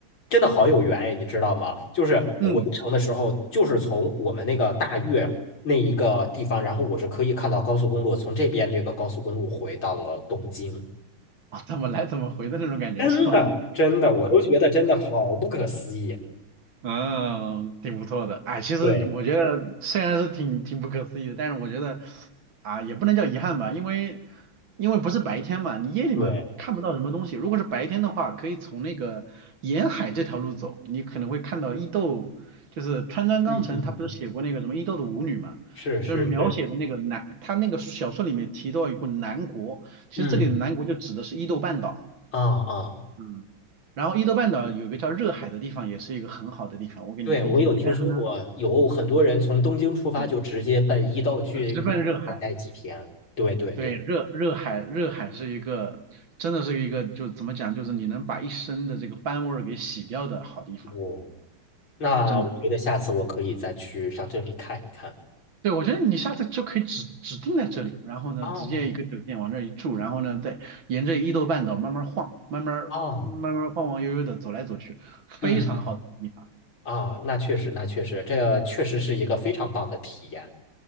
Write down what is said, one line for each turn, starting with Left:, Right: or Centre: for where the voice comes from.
Left: 真的好有缘哎，你知道吗？就是回程的时候，
Right: 嗯
Left: 就是从我们那个大悦那一个地方，然后我是可以看到高速公路，从这边这个高速公路回到了东京，
Right: 啊怎么来怎么回的那种感觉是吧？
Left: 真的真的，我都觉得真的好不可思议。
Right: 嗯，挺不错的。哎，其实我觉得虽然是挺挺不可思议的，
Left: 对
Right: 但是我觉得啊，也不能叫遗憾吧，因为因为不是白天嘛，你夜里面看不到什么东西。
Left: 对，
Right: 如果是白天的话，可以从那个沿海这条路走，你可能会看到伊豆，就是川端康成他不是写过那个什么伊豆的舞女嘛，
Left: 嗯嗯嗯，是是是，
Right: 就是描写的那个南，他那个小说里面提到一个南国，其实这里的南国就指的是伊豆半岛。
Left: 嗯啊啊。
Right: 嗯，然后伊豆半岛有个叫热海的地方，也是一个很好的地方，我给你推荐。
Left: 对，我有听说过，
Right: 但是呢，
Left: 有很多人从东京出发就直接奔伊豆去，
Right: 嗯，就直奔热海。
Left: 伊豆那边待几天。对对对，
Right: 对，热热海热海是一个，真的是一个，就怎么讲，就是你能把一身的这个斑味儿给洗掉的好地方，
Left: 哦，那我觉得下次我可以再去上这里看一看。
Right: 真的。对，我觉得你下次就可以指指定在这里，然后呢，
Left: 哦
Right: 直接一个酒店往这儿一住，然后呢，再沿着伊豆半岛慢慢晃，慢慢慢慢晃晃悠悠的走来走去，
Left: 哦，
Right: 非常好的地方。
Left: 嗯啊，那确实，那确实，这确实是一个非常棒的体验。